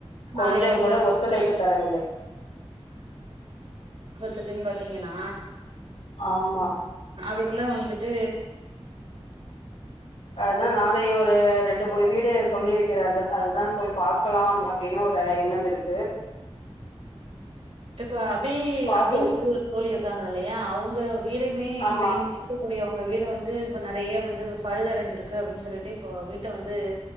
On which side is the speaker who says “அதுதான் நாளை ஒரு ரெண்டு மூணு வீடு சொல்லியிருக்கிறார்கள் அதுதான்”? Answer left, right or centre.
Left